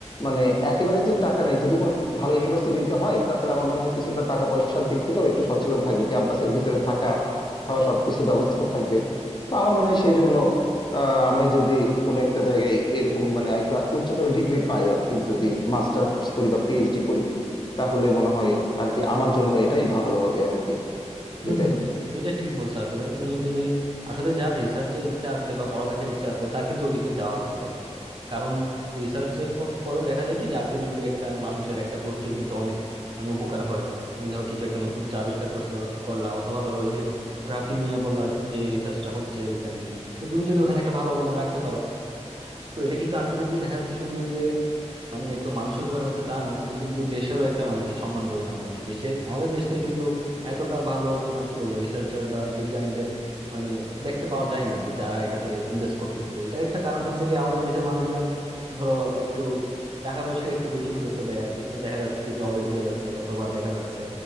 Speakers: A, on the left; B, on the right.
A: মানে একেবারে যে টাকা নাই যদি কোনো ভালো ইউনিভার্সিটিতে হয় তাহলে আমার মনে হয় কিছুটা টাকা পয়সার দিক থেকেও একটু সচ্ছলতা থাকবে ক্যাম্পাসের ভিতরে থাকা খাওয়া সবকিছু ব্যবস্থা থাকবে তো আমার মনে হয় সেই জন্য আহ, আমি যদি কোনো একটা জায়গায় এরকম মানে একটা উচ্চতর ডিগ্রি পাই আর কি যদি মাস্টার্স করি বা পিএইচডি করি তাহলে মনে হয় আর কি আমার জন্য এটাই ভালো হবে আর কি
B: হম
A: এটাই
B: হম এটা ঠিক বলছো আসলে তুমি যদি আসলে যার রিসার্চের ইচ্ছা আছে বা পড়ালেখার ইচ্ছা আছে তার কিন্তু ওদিকে যাওয়া উচিত আর কি কারণ রিসার্চের ফলে দেখা যায় কি যে আলটিমেটলি একটা মানুষের একটা গোষ্ঠীর কিন্তু অনেক মানে উপকার হয় তুমি ধরো কিছু একটা নতুন কিছু আবিষ্কার করছো করলা অথবা ধরো ওই যে গ্রাফিন নিয়ে বললা যে রিসার্চটা হচ্ছে রিসেন্টলি তো তুমি যদি ওখানে একটা ভালো অবদান রাখতে পারো তো এটা কিন্তু আলটিমেটলি দেখা যাচ্ছে শুধু যে মানে একদম মানুষের উপকার হচ্ছে তা না তুমি কিন্তু দেশেরও একটা মানে কি সম্মান বই আনবা আর কি দেশে আমাদের দেশ থেকে কিন্তু এতটা ভালো তোমার কি বলবো রিসার্চার বা বিজ্ঞানীদের মানে দেখতে পাওয়া যায় না যে যারা এটাতে ইনভেস্ট করতেছে তো এটা একটা কারণ হচ্ছে কি আমাদের দেশের মানুষজন ধরো একটু টাকা পয়সা একটু বেশি গুরুত্ব দেয় আর কি তো দেখা যাচ্ছে কি জবে ঢুকে যাচ্ছে অথবা দেখা যাচ্ছে